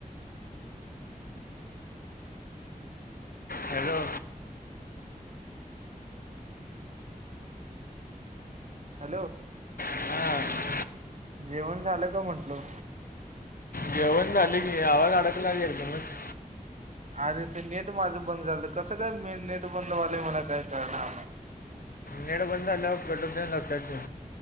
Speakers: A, on the left (about 85°); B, on the right (about 55°).
A: हॅलो
B: हॅलो
A: हां
B: जेवण झालं का म्हंटलो?
A: जेवण झाले की, आवाज अडकलाय एकदमच
B: अरे ते नेट माझं बंद झालं कसं काय नेट बंद वालंय मला काय कळणा?
A: नेट बंद झाल्यावर कट होतोय लक्षात ठेव.